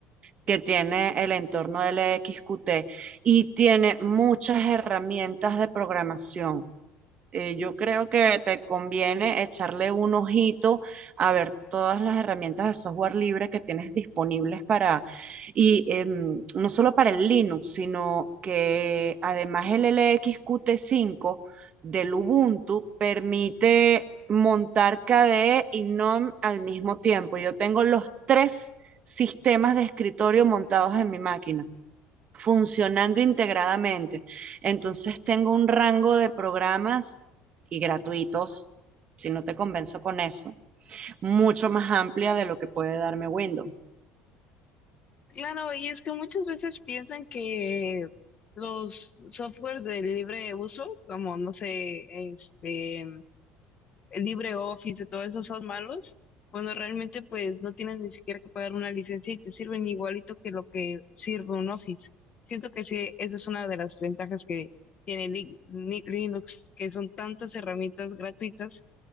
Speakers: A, on the right; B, on the left.
A: que tiene el entorno LXQT y tiene muchas herramientas de programación eh, yo creo que te conviene echarle un ojito a ver todas las herramientas de software libre que tienes disponibles para, y em, no solo para el Linux, sino que además el lxqt cinco del Ubuntu permite montar KDE y GNOME al mismo tiempo. Yo tengo los tres sistemas de escritorio montados en mi máquina funcionando integradamente. Entonces tengo un rango de programas y gratuitos, si no te convenzo con eso, mucho más amplia de lo que puede darme Windows.
B: Claro, y es que muchas veces piensan que los softwares de libre uso, como no sé, este el LibreOffice, de todo eso son malos, cuando realmente pues no tienes ni siquiera que pagar una licencia y te sirven igualito que lo que sirve un Office. Siento que sí, esa es una de las ventajas que tiene Li- Ni- Linux, que son tantas herramientas gratuitas